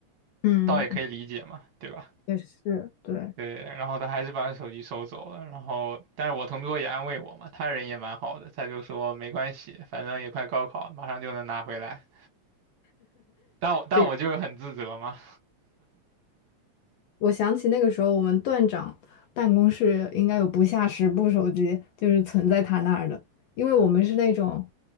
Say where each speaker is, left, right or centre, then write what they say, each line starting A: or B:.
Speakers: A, on the left; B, on the right.
A: 嗯，
B: 倒也可以理解嘛，对吧？
A: 也是，对，
B: 对，然后他还是把手机收走了，然后但是我同桌也安慰我嘛，他人也蛮好的，他就说没关系，反正也快高考了马上就能拿回来。但我但我就是很自责嘛，
A: 这我想起那个时候我们段长办公室应该有不下十部手机，就是存在他那儿的，因为我们是那种，